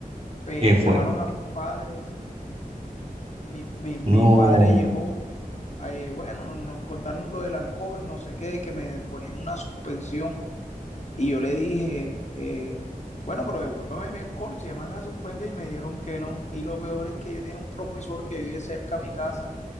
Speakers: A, on the left; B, on the right.
A: Eh,
B: ¿Qué fue?
A: llamaron a mis padres, mi, mi, mi
B: No,
A: padre llegó, eh, bueno, nos contaron lo del alcohol, no sé qué, que me ponían una suspensión y yo le dije, eh, bueno, pero devuélvame mi alcohol, si me van a suspender y me dijeron que no. Y lo peor es que yo tenía un profesor que vive cerca de mi casa